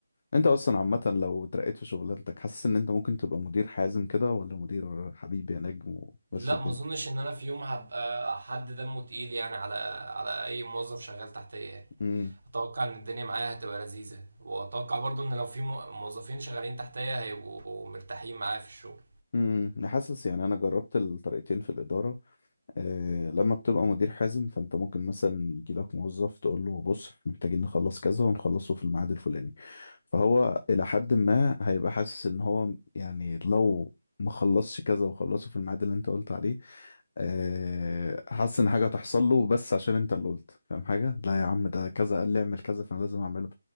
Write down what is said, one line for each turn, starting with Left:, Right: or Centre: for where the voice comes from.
Left: انت اصلا عامة لو اترقيت في شغلانتك حاسس ان انت ممكن تبقى مدير حازم كده ولا مدير حبيبي يا نجم
Right: لا
Left: ومشي الدنيا
Right: ما اظنش ان انا في يوم هبقى حد دمه تقيل يعني على على اي موظف شغال تحتيه يعني.
Left: امم
Right: اتوقع ان الدنيا معايا هتبقى لذيذة واتوقع برضو ان لو في مو- موظفين شغالين تحتيا هيبقوا مرتاحين معايا في الشغل
Left: امم أنا حاسس يعني انا جربت الطريقتين في الادارة آه، لما بتبقى مدير حازم فانت ممكن مثلا يجي لك موظف تقول له بص إحنا محتاجين نخلص كذا ونخلصه في الميعاد الفلاني فهو الى حد ما هيبقى حاسس ان هو يعني لو ما خلصش كذا وخلصه في الميعاد اللي انت قلت عليه آه، حاسس ان حاجه هتحصل له بس عشان انت اللي قلت فاهم حاجه لا يا عم ده كذا قال لي اعمل كذا فانا لازم اعمله